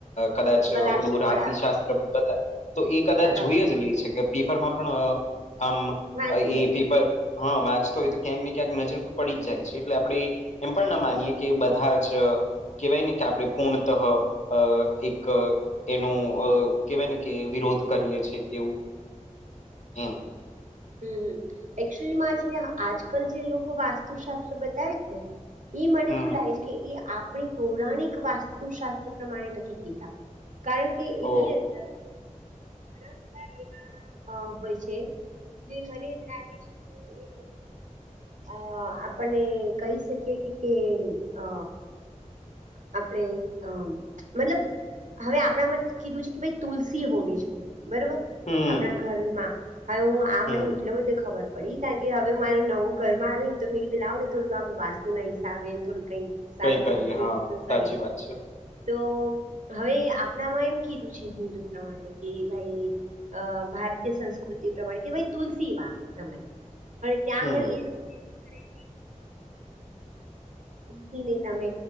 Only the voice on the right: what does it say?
વ- રાશિફળ
આપે
હા, રાશિ
વાંચી
લે
હમ્મ હમ્મ એકચુલી માં છે ને આજકાલ જે લોકો વાસ્તુશાસ્ત્ર બતાવે છેને ઈ મન
સુ લાગે છે કે એ આપણી પૌરાણિક વાસ્તુશાસ્ત્ર પ્રમાણે નથી કેતા કારણ કે કે
એની અંદર ઘણા બધા અ હોય છે. જે મને એમ લાગે છે કે લોકો અ આપને કહી શકીએ કે કે અ આપણે અ મતલબ હવે આપણામાં કીધુ છે કે ભાઈ તુલસી હોવી જોઈએ બરોબર
આપણા ઘરમાં હવે હું આ
મને એટલો બધો ખબર પડી કારણ કે હવે મારે નવુ ઘરમાં આવે ને તો મે કધુ લાવ ને થોડુ આપણે વાસ્તુ ના હિસાબે થોડુ કઈ સારું
થાય એટલે
એ રીતનું
કરીએ
તો હવે આપણામાં એમ કીધુ છે. હિન્દુ પ્રમાણે કે ભાઈ અ ભારતીય સંસ્કૃતિ પ્રમાણે કે ભાઈ તુલસી વાવ તમે પણ ત્યાં
આગળ એ લોકો એવુ કરે <unintelligible> થી ન તમે